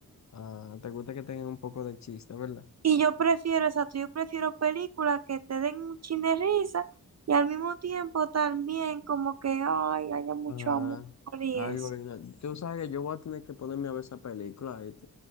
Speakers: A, on the left; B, on the right.
A: Ah, te gusta que tengan un poco de chiste, ¿verdad?
B: Y yo prefiero, exacto, yo prefiero películas que te den un chin de risa y al mismo tiempo también como que, ay, haya mucho
A: Ah,
B: amor y
A: algo.
B: eso.
A: original. Tú sabes que yo voy a tener que ponerme a ver esa película. ¿viste?